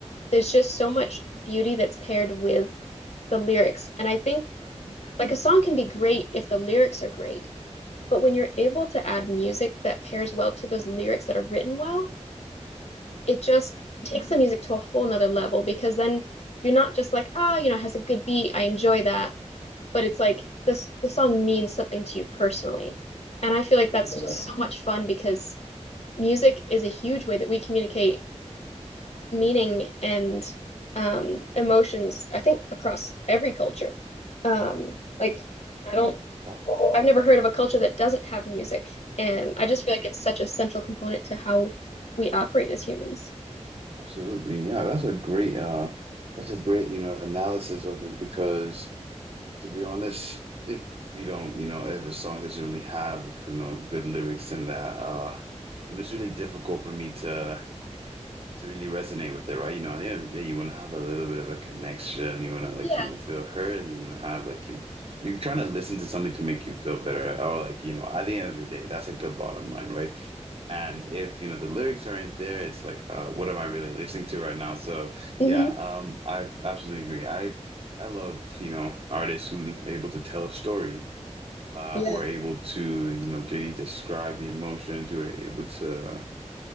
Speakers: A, on the left; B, on the right.
A: there's just so much beauty that's paired with the lyrics and i think
B: Mm,
A: like a song can be great if the lyrics are great but when you're able to add music that pairs well to those lyrics that are written well it just
B: mm,
A: takes the music to a whole nother level because then you're not just like ah oh, you know it has a good beat i enjoy that but it's like this the song means something to you personally and i feel like
B: Absolutely.
A: that's just so much fun because music is a huge way that we communicate meaning and um, emotions, I think, across every culture. Um, like, I don't,
B: Awesome.
A: I've never heard of a culture that doesn't have music. And I
B: Mm.
A: just feel like it's such a central component to how we operate as humans.
B: Absolutely. Yeah, that's a great uh that's a great, you know, analysis of it because to be honest, if you don't, you know, if a song doesn't really have, you know, good lyrics in that, uh, you know, it's really difficult for me to to really resonate with it, right? You know, at the end of the day, you want to have a little bit of a connection. You want to like,
A: Yeah.
B: you know, feel heard. You want to have like, you know, you're trying to listen to something to make you feel better, or like, you know, at the end of the day, that's like the bottom line, right? And if you know the lyrics aren't there, it's like, uh, what am I really listening to right now? So
A: hmm
B: yeah, um, I absolutely agree. I I love you know artists who are able to tell a story, uh,
A: Yeah.
B: who are able to you know really describe the emotions, who are able to